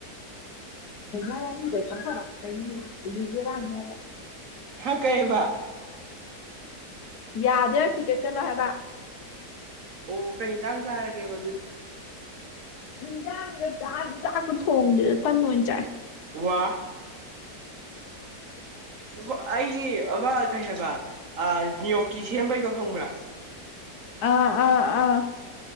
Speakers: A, on the left; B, on the right.
A: <unintelligible>
B: ꯍꯥ ꯀꯩꯑꯕ
A: ꯌꯥꯗꯦ ꯍꯤꯒꯠꯀꯅꯣ ꯍꯥꯏꯕ
B: ꯑꯣ ꯀꯩ ꯏꯟꯖꯥꯡ ꯆꯥꯔꯒꯦꯕ ꯑꯗꯨꯗꯤ
A: ꯆꯤꯟꯖꯥꯡꯒ ꯆꯥꯛ ꯆꯥꯛꯇꯣ ꯊꯣꯡꯗꯦꯗ ꯇꯟ ꯑꯣꯏꯅ ꯆꯥꯏ
B: ꯋꯥ ꯑꯃ ꯑꯩꯒꯤ ꯑꯃ ꯀꯩ ꯍꯥꯏꯕ ꯑ ꯅꯤꯌꯣꯀꯤ ꯁꯦꯝꯕꯩꯩꯗꯣ ꯈꯪꯕ꯭ꯔꯥ
A: ꯑꯥ ꯑꯥ ꯑꯥ